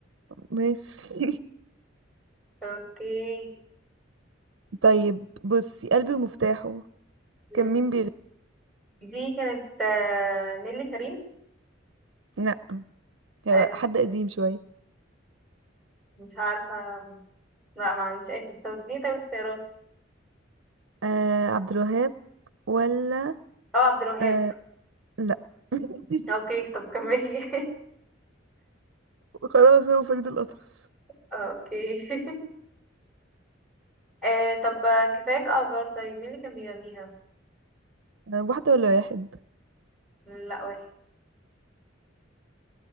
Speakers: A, on the right (about 75°); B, in the centre.
A: ماشي
B: اوكي
A: <laughs> طيب بصي قلبي ومفتاحه
B: مم.
A: كان مين بيغني
B: دي كانت آه، نيلي كريم
A: لا
B: آه،
A: هو حد قديم شوية
B: مش عارفة لا ما عنديش اي فكرة دي طيب اختيارات
A: آه عبد الوهاب ولا
B: اه عبد الوهاب
A: آه لا <laughs>
B: اوكي طب كملي
A: خلاص هو فريد الأطرش
B: <laughs> اوكي <laughs> آه، طب كفاية اعذار طيب مين اللي كان بيغنيها
A: آه، واحدة ولا واحد
B: لا واحد